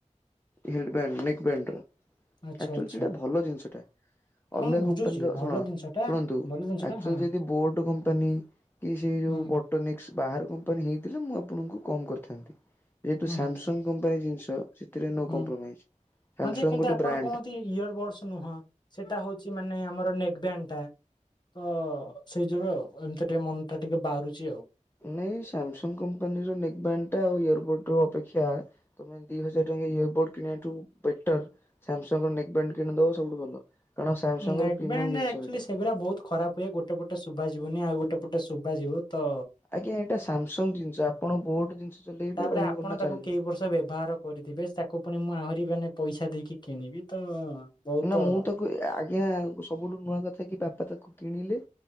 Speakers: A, on the left; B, on the left.
A: ହେଡ୍ ବ୍ୟାଣ୍ଡ ନେକ୍ ବ୍ୟାଣ୍ଡର।
B: ଆଚ୍ଛା
A: ଆକ୍ଚୁଲି
B: ଆଚ୍ଛା
A: ସେଇଟା ଭଲ ଜିନିଷଟା।
B: ହଁ
A: ଅଲଗା
B: ମୁଁ ବୁଝୁଛି
A: କପାନୀର
B: ଭଲ
A: ଶୁଣ
B: ଜିନିଷ ଟା
A: ଶୁଣନ୍ତୁ
B: ଭଲ ଜିନିଷ
A: ଅକ୍ଚୁଲି
B: ଟା ହଁ
A: ଯଦି ବୋଟ କମ୍ପାନୀ କି ସେଇ ଯୋଉ
B: ହୁଁ
A: ବଟୋନିକ୍ସ ବାହାର କପାନୀ ହେଇଥିଲେ ମୁଁ ଆପଣ ଙ୍କୁ କମ କରିଥାନ୍ତି ଯେହେତୁ
B: ହୁଁ
A: ସାମସଂଗ
B: ହୁଁ
A: କପାନୀ ଜିନିଷ ସେଥିରେ ନୋ
B: ହୁଁ
A: କମ୍ପ୍ରମାଇଜ୍। ସାମସଙ୍ଗ
B: ହ ଯେ କିନ୍ତୁ
A: ଗୋଟେ
B: ଆପଣ
A: ବ୍ରାଣ୍ଡ।
B: କୁହନ୍ତି ଇୟର ବଡସ ନୁହଁ ସେଇଟା ହଉଛି ଚି ମାନେ ଆମର ନେକେ ବ୍ୟାଙ୍କ ଟା ତ ସେଇ ଯୋରୁ ଆଉ ଏମିତି ଟିକେ ମନ ଟା ଟିକେ ବାହାରୁଛି ଆଉ
A: ନାଇଁ ସାମସଙ୍ଗ କମ୍ପାନୀର ନେକ୍ ବଣ୍ଡ ଟା ଆ ଇୟର ବୋଡ ଅପେକ୍ଷାେ ଦି ହଜାର ଟଙ୍କ ଇୟର ବୋଡ କିଣିବାଠୁ ବେଟର ସାମସଙ୍ଗ ର ନେକ୍ ବଣ୍ଡ କିଣିଦବା ସବୁଠୁ ଭଲ କାରଣ ସାମସଙ୍ଗ
B: ନେକ୍
A: ର ପ୍ରିମିୟମ
B: ବ୍ୟାଣ୍ଡ
A: ଜିନିଷ
B: ଆକ୍ଚୁଆଲି
A: ଏଇଟା।
B: ସେଗୁରା ବହୁତ ଖରାପ ହୁଏ ଗୋଟେ ପଟେ ଶୁଭାଯିବନି ଆଉ ଗୋଟେ ପଟେ ଶୁଭାଯିବ ତ
A: ଆଜ୍ଞା ଏଇଟା ସାମସଙ୍ଗ ଜିନିଷ ଆପଣ ବୋଟ ଜିନିଷ ଚଲେଇବେ
B: ତାପରେ
A: କହିବେ
B: ଆପଣ
A: କନା
B: ତାକୁ
A: ଚାଲୁନି
B: କେଇ ବର୍ଷ ବ୍ୟବହାର କରିଥିବେ ତାକୁ ପୁଣି ମୁଁ ଆହୁରି ମାନେ ପଇସା ଦେଇକି କିଣିବି ତ ବହୁତ
A: ନା ମୁଁ ତାକୁ ଆ ଆଜ୍ଞା ସବୁଠୁ ନୂଆ କଥା କି ବାପା ତାକୁ କିଣିଲେ